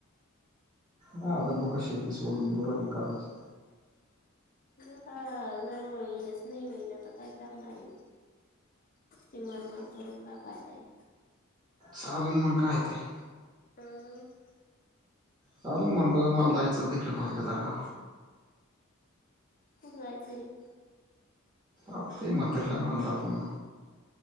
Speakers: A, on the right (about 20°); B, on the left (about 40°).
A: हा आता लोक शेती सोडून देऊ राहिले करायची.
B: <unintelligible> हेच नाही होईन तर काय करणारे ये. तिची मर मर करून काय फायदा आहे.
A: चालेल मग काय तर
B: आम्
A: चालन म्हणलं मला जायचं तिकडें बाहेर जरा.
B: कुठ जायचय?
A: आता ते म्हातारी ला आणायला जातो मी.